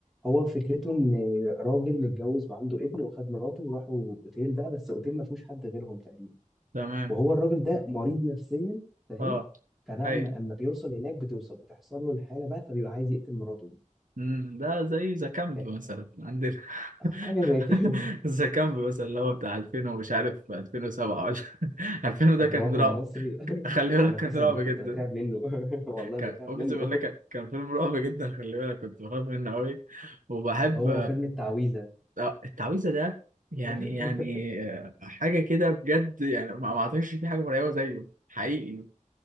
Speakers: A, in the centre; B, on the right.
A: هو فكرته ان راجل متجوز وعنده ابن وخد مراته وراحوا اوتيل بقى بس اوتيل ما فيهوش حد غيرهم تقريبا
B: تمام
A: وهو الراجل ده مريض نفسيا فاهم
B: اه
A: فبقى
B: اي
A: اما أما بيوصل هناك بتوصل بتحصل له الحاله بقى فبيبقى عايز يقتل مراته دي
B: مم، ده زي ذا كامب
A: ف-
B: مثلا عندنا
A: حاجه
B: <laughs>
A: زي كده
B: ذا كامب مثلا اللي هو بتاع 2000 ومش عارف 2007 ولا <laughs> 2000
A: <laughs>
B: ده
A: الرعب
B: كان رعب
A: المصري <laughs>
B: خلي بالك
A: انا
B: كان
A: قسما
B: رعب
A: بالله
B: جدا
A: كنت بترعب منه <laughs> والله
B: كان
A: بترعب
B: اقسم
A: منه
B: بالله كان كان فيلم رعب جدا خلي بالك كنت بخاف منه قوي وبحب
A: <laughs> هو وفيلم التعويذه
B: آه، التعويذه ده يعني
A: <laughs>
B: يعني آه، حاجه كده بجد يعني ما ما اعتقدش في حاجه مرعبه زيه حقيقي